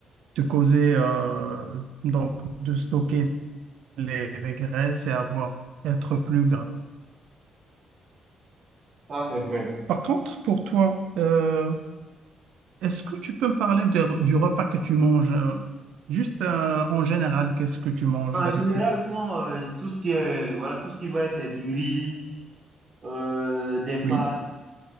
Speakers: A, on the right (about 80°); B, on the right (about 30°).
A: te causer euh, donc de stocker les, les graisses et avoir, être plus gras.
B: ça c'est vrai.
A: Par contre, pour toi, euh, est-ce que tu peux me parler de- du repas que tu manges? euh, Juste euh, en général, qu'est-ce que tu manges
B: En
A: d'habitude?
B: général, bon, euh, tout ce qui est, voilà, tout ce qui va être du riz, euh, des pâtes,
A: Oui,